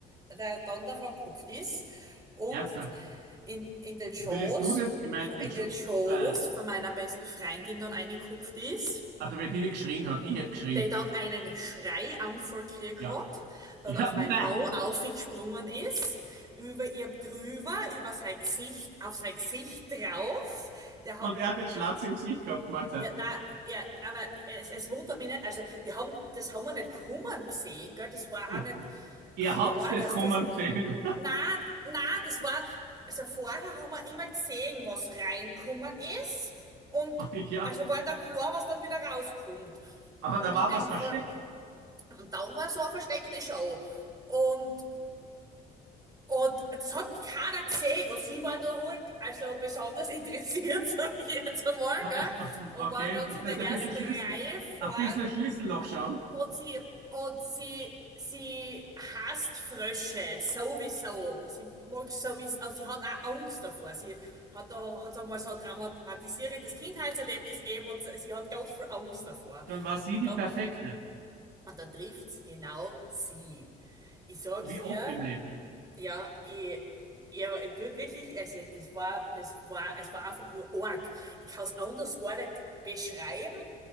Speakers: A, on the right (about 20°); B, on the right (about 80°).
A: äh, der Donner vom Kopf ist und
B: Ernsthaft.
A: in, in den Schoß,
B: Würdest du das? Ich meine, Entschu-
A: in den Schoß
B: äh,
A: von meiner besten Freundin dann eingekupft ist,
B: also wenn die nicht geschrien hat, ich hätte geschrien.
A: der dann einen Schreianfall gekriegt
B: Ja.
A: hat,
B: <laughs>
A: dann
B: Ja,
A: auf mein
B: nein.
A: Maul aufgesprungen ist, über ihr drüber, über sein Gesicht, auf sein Gesicht drauf, der hat,
B: Und er hat den
A: der,
B: Schlatz im Gesicht gehabt, Mahlzeit.
A: ja, nein, ja, aber es, es wundert mich nicht, also wir haben, das haben wir nicht kommen gesehen, gell, das war
B: Hm.
A: auch nicht
B: Ihr
A: klar,
B: habt's das
A: dass
B: kommen
A: das
B: gesehen.
A: na, na, das war, also vorher haben wir immer gesehen, was reinkommen ist und
B: <laughs> Ja.
A: also war dann klar, was dann wieder rauskommt.
B: Aber
A: Und
B: da war
A: in dem
B: was versteckt.
A: Fall,
B: <laughs>
A: und dann war so eine versteckte Show. Und, und das hat keiner gesehen und sie war da halt, also besonders <laughs> interessiert, sag ich jetzt einmal,
B: Also,
A: gell, und
B: okay,
A: war ganz
B: das
A: in
B: heißt
A: der
B: ein
A: ersten
B: bisschen Schlüssel,
A: Reihe vorn
B: ein bisschen Schlüsselloch schauen,
A: und sie, und sie, sie hasst Frösche, sowieso. Sie mag sowieso, also sie hat auch Angst davor. Sie hat da, hat einmal so ein traumatisierendes Kindheitserlebnis gegeben und sie hat ganz viel Angst davor.
B: dann war sie
A: Und
B: die
A: dann,
B: perfekte.
A: und dann trifft's genau sie. Ich sag's
B: Wie
A: dir,
B: oft im Leben.
A: ja, ich, ja, ich tut wirklich, also das war, das war, es war einfach nur arg. Ich kann's anders gar nicht beschreiben